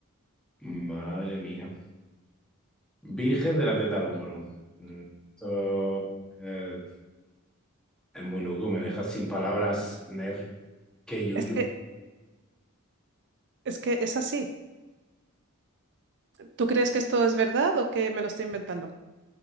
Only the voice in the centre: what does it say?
Madre mía. Virgen de la teta al hombro. Mm, Esto eh, es muy loco, me dejas sin palabras, Ner. Qué yuyu.